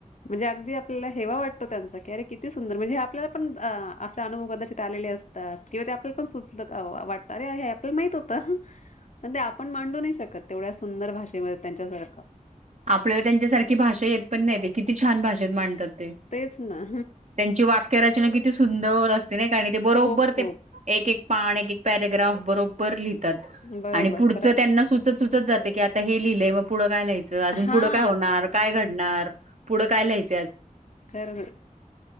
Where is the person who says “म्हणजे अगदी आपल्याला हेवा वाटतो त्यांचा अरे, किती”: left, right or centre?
Left